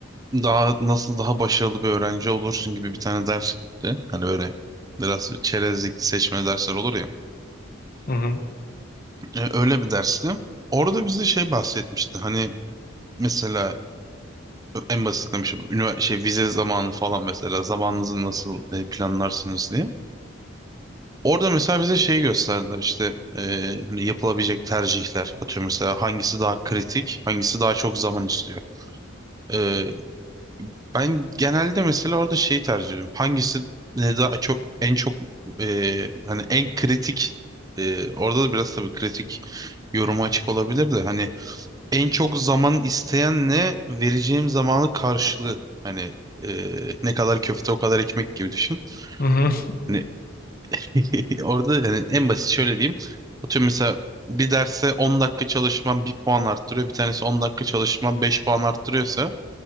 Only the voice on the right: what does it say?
daha nasıl daha başarılı bir öğrenci olursun gibi bir tane dersti. Hani öyle biraz çerezlik seçme dersler olur ya.
Eee, öyle bir dersti. Orada bize şey bahsetmişti. Hani mesela en basitlemiş şey üniversite şey vize zamanı falan mesela zamanınızı nasıl e, planlarsınız diye. Orada mesela bize şey gösterdiler işte e, hani yapılabilecek tercihler atıyor mesela hangisi daha kritik hangisi daha çok zaman istiyor. E, ben genelde mesela orada şeyi tercih ediyorum hangisi ne daha çok en çok e, hani en kritik e, orada da biraz tabii kritik yoruma açık olabilir de hani en çok zaman isteyenle vereceğim zamanı karşılığı hani e, ne kadar köfte o kadar ekmek gibi düşün.
Hani <laughs> Orada yani en basit şöyle diyeyim. Atıyorum mesela bir derse 10 dakika çalışmam bir puan arttırıyor. Bir tanesi 10 dakika çalışmam 5 puan arttırıyorsa